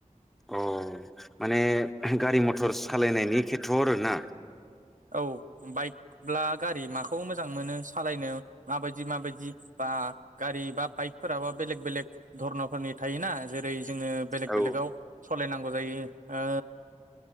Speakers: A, in the centre; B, on the right.
A: अ माने गारि मथर सालायनायनि खेथ्र'आव आरोना
B: औ बाइकब्ला गारि माखौ मोजां मोनो सालायनो माबायदि माबायदि बा आ गारि बा बाइकफोराबो बेलेक बेलेक धरनफोरनि थायोना जेरै जोङो बेलेग
A: औ
B: बेलेगाव सालायनां गौ जायो ओ